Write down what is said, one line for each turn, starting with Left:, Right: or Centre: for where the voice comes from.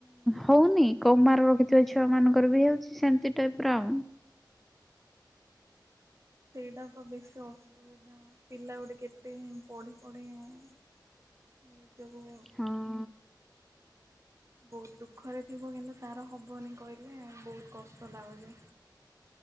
Centre: ହଉନି କମ୍ ମାର୍କ ର ରଖିଥିବା ଛୁଆ ମାନଙ୍କର ବି ହଉଛି ସେମିତି ଟାଇପ ର ଆଉ।
Right: ସେଇଟାପ ବେଶ ଅସୁବିଧା। ପିଲା ଗୋଟେ କେତେ ପଢି ପଢି ନିଜକୁ
Centre: ହଁ।
Right: ବହୁତ ଦୁଃଖରେ ଥିବ, କିନ୍ତୁ ତାର ହବନି କହିଲେ ବହୁତ କଷ୍ଟ ଲାଗୁଛି।